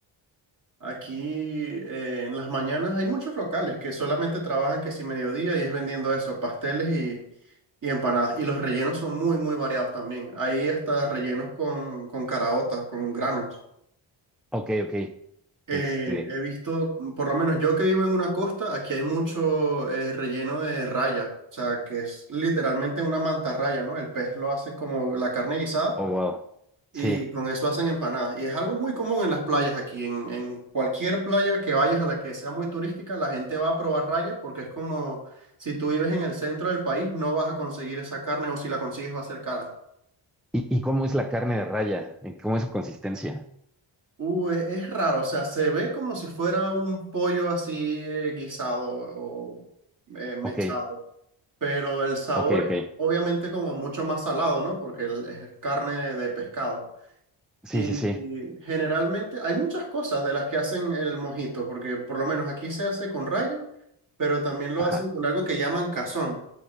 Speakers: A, on the right; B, in the centre.
A: Aquí eh, en las mañanas hay muchos locales que solamente trabajan que si mediodía y es vendiendo eso, pasteles y, y empanadas. Y los rellenos son muy, muy variados también. Hay hasta rellenos con, con caraotas, con granos.
B: Ok, ok.
A: Eh,
B: Este,
A: he visto, mm, por lo menos yo que vivo en una costa, aquí hay mucho eh, relleno de raya, o sea, que es literalmente una mantarraya, ¿no? El pez lo hacen como la carne guisada
B: oh wow.
A: y
B: Sí.
A: con eso hacen empanadas. Y es algo muy común en las playas aquí. En, en cualquier playa que vayas a la que sea muy turística, la gente va a probar raya porque es como si tú vives en el centro del país, no vas a conseguir esa carne o si la consigues va a ser cara.
B: ¿Y, y cómo es la carne de raya? ¿En ¿Cómo es su consistencia?
A: Uh, es, es raro, o sea, se ve como si fuera un pollo así eh, guisado o eh, mechado,
B: Ok,
A: pero el sabor
B: ok, ok.
A: es obviamente como mucho más salado, ¿no? Porque el- es carne de pescado.
B: Sí,
A: Y
B: sí, sí.
A: generalmente hay muchas cosas de las que hacen el mojito, porque por lo menos aquí se hace con raya, pero también lo
B: Ajá.
A: hacen con algo que llaman cazón.